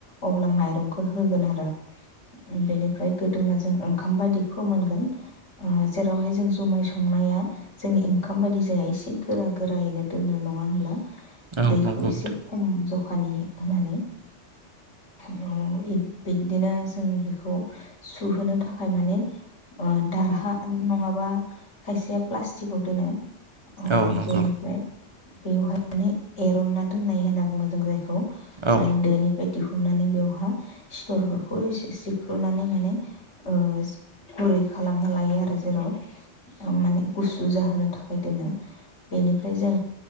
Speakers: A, on the left; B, on the right.
A: अब्ला माइरंखौ होगोन आरो। बेनिफ्राय गोदौना जों ओंखाम बादि फोमोनगोन आ जेरावहाय जों जुमाय संनाया जोंनि ओंखाम बायदि जायासे गोरा गोरा फ्रायैनो दोननो नङा होनोमब्ला?
B: औ
A: दैखौ
B: नंगौ
A: एसे
B: नोंथां
A: खम जखानि होनानै <unintelligible> बिदिनो जों बेखौ सुहोनो थाखाय माने ओ दारहा नङाबा खायसेया प्लास्टिकआव दोनो। अ
B: औ नंगौ
A: बेनिफ्राय बेवहाय <unintelligible> एरनना दोननाय होनना बुङो जों जायखौ।
B: औ
A: माइ धोनिफा दिहुननानै बेवहा सिथरफोरखौ एसे सिफ्रुनानै माने ओ गुरै खालामना लायो आरो जेराव ओम माने गुसु जाहोनो थाखाय दोनो, बेनिफा फ्राय जों